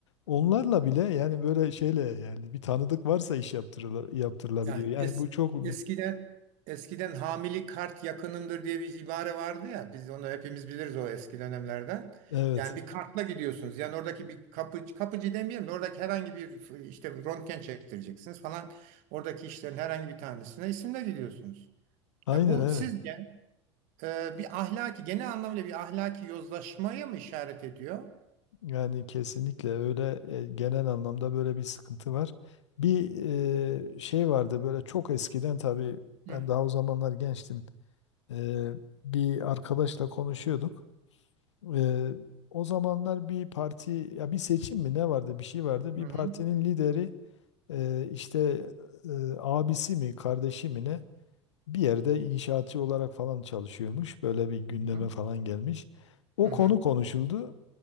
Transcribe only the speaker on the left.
Onlarla bile yani böyle şeyle yani bir tanıdık varsa iş yaptırıla, yaptırılabiliyor.
Yani
bu çok
evet.
Aynen
evet.
Yani kesinlikle öyle e, genel anlamda böyle bir sıkıntı var. Bir e, şey vardı böyle çok eskiden tabii
ben daha o zamanlar gençtim. E, bir arkadaşla konuşuyorduk. E, o zamanlar bir parti ya bir seçim mi ne vardı bir şey vardı.
Bir
partinin lideri e, işte e, abisi mi kardeşi mi ne bir yerde inşaatçı olarak falan çalışıyormuş. Böyle bir gündeme
falan gelmiş. O
konu konuşuldu.